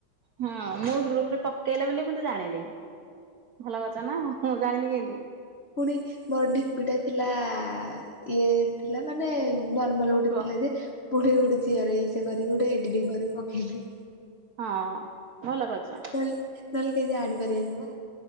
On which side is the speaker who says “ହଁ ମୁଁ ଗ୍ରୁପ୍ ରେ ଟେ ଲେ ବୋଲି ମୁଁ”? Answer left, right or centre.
Right